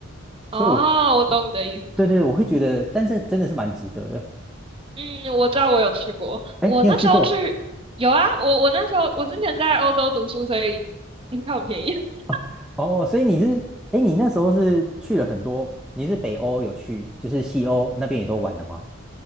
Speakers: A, in the centre; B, on the right (about 25°).
A: 所以我，
B: 哦，我懂你的意思。
A: 对对，我会觉得，但是真的是蛮值得的。
B: 嗯，我知道我有去过，
A: 哎，
B: 我那时候去有啊，
A: 你有去过
B: 我我那时候我之前在欧洲读书，所以机票很便宜。<laughs>
A: 啊？哦，所以你是，哎，你那时候是去了很多，你是北欧有去，就是西欧那边也都玩了吗？